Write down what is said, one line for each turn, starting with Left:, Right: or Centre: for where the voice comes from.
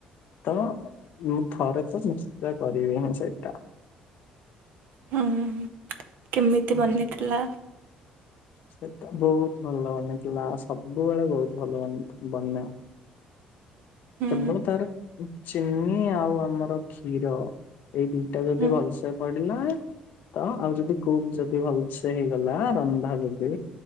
Left: ତ ମୁଁ ଥରେ ତ ନିଶ୍ଚୟ କରିବି ହିଁ ସେଇଟା
Right: ହୁଁ କେମିତି
Left: <unintelligible>
Right: ବନିଥିଲା
Left: ସେଟା ବହୁତ ଭଲ ଵନେ ନେ ଥିଲା ସବୁବେଳେ ବହୁତ ଭଲ ବତ ବନେ
Right: ହୁଁ
Left: କେବଳ ତାର ଉ ଚିନି ଆଉ ଆମର କ୍ଷୀର ଏଇ ଦିଟା ଯଦି
Right: ହୁଁ
Left: ଭଲସେ ପଡିଲା ତ ଆଉ ଯଦି କୁକୁ ଯଦି ଭଲସେ ହେଇଗଲା ରନ୍ଧା ଯଦି